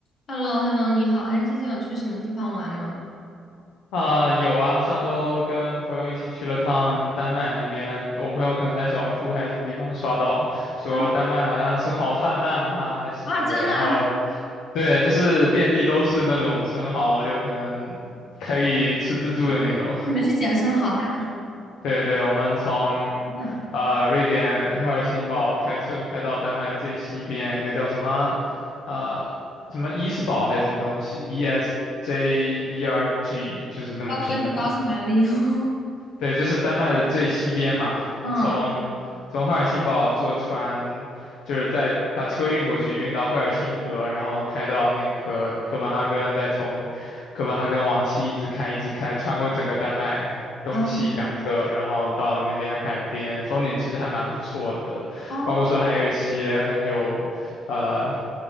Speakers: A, on the left; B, on the left.
A: h e l l o h e l l o 你好，哎，最近有去什么地方玩吗？
B: 啊，有啊，上周跟朋友一起去了趟丹麦那边，我朋友可能在小红书还是什么地方刷到，说丹麦好像生蚝泛滥啊，
A: 嗯，
B: 还是什么的，
A: 啊，真的啊，
B: 然后对，就是遍地都是那种生蚝，就可能可以吃自助的那种。
A: 你们去捡生蚝啦？
B: <laughs> 对对，我们从
A: 真的啊，
B: 啊瑞典赫尔辛堡开车开到丹麦最西边一个叫什么呃什么伊斯堡还是什么东西，E S J E R G 就是这么拼的吧。
A: 啊我也不知道是哪里。<laughs>
B: 对，就是丹麦的最西边嘛，
A: 嗯
B: 从从赫尔辛堡坐船，就是再把车运过去，运到赫尔辛格，然后开到那个哥本哈根，再从哥本哈根往西一直开，一直开，穿过整个丹麦东西两侧，
A: 啊
B: 然后到了那边海边，风景其实还蛮不错的，
A: 啊，
B: 包括说还有一些很有呃